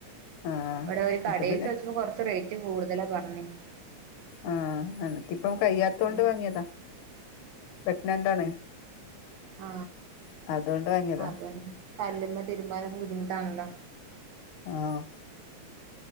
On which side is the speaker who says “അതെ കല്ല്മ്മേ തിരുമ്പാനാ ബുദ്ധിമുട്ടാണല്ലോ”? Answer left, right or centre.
Right